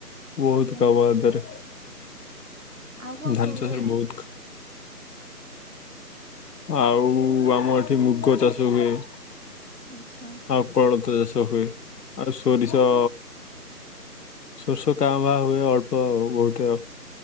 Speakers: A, on the left; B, on the right.
A: ବହୁତ
B: ଆଜ୍ଞା।
A: କାମ ଆ ଦେହରେ।
B: ଆଉ କଣ
A: ଧାନ
B: ସବୁ
A: ଚାସ
B: ହୁଏ?
A: ରେ ବହୁତ ଆଉ ଆମ ଏଠି ମୁଗ ଚାଷ ହୁଏ।
B: ଆଚଛା।
A: ଆଉ କୋଳଥ ଚାଷ ହୁଏ ଆରେ ସୋରିଷ ସୋରିଷ କାଁ ଭା ହୁଏ ଅଳ୍ପ ବହୁତ ଆଉ।